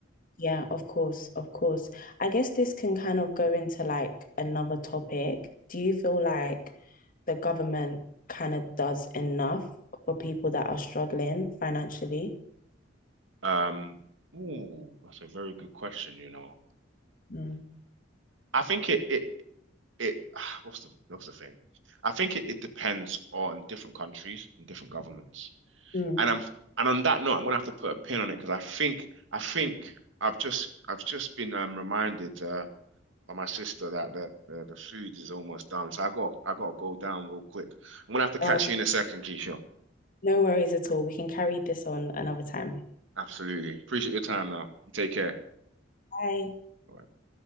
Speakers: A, on the left; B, on the right.
A: Yeah, of course, of course. I guess this can kind of go into like another topic. Do you feel like the government kind of does enough for people that are struggling financially?
B: Um, ooh, that's a very good question, you know.
A: Mm.
B: I think it it it <sighs> what's the what's the thing? I think it, it depends on different countries and different governments.
A: Mm.
B: And I'm and on that note, I'm gonna have to put a pin on it because I think I think I've just I've just been um reminded uh by my sister that the, the the food is almost done. So I got I got to go down real quick. I'm gonna have to catch
A: Oh,
B: you in a second, Keisha.
A: no worries at all. We can carry this on another time.
B: Absolutely. Appreciate your time now. You take care.
A: Bye.
B: Bye.